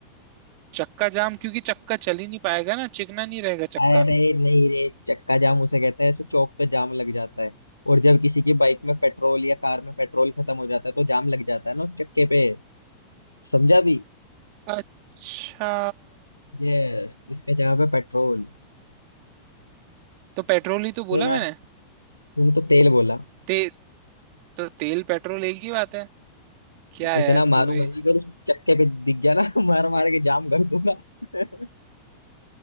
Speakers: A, on the right; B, on the left.
A: चक्का जाम क्योंकि चक्का चल ही नहीं पाएगा ना चिकना नहीं रहेगा चक्का
B: अरे नहीं रे चक्का जाम उसे कहते हैं ऐसे चौक पे जाम लग जाता है और जब किसी की बाइक में पेट्रोल या कार में पेट्रोल खत्म हो जाता है तो जाम लग जाता है ना उस चक्के पे समझा भी
A: अच्छा
B: यस इसमें जगह पे पेट्रोल
A: तो पेट्रोल ही तो बोला
B: तो यार
A: मैंने
B: तूने तो तेल बोला
A: ते, तो तेल पेट्रोल एक ही बात है क्या यार
B: इतना मारूंगा
A: तू भी
B: ना अगर उस चक्के पे दिख गया ना <laughs> मार मार के जाम कर दूंगा <laughs>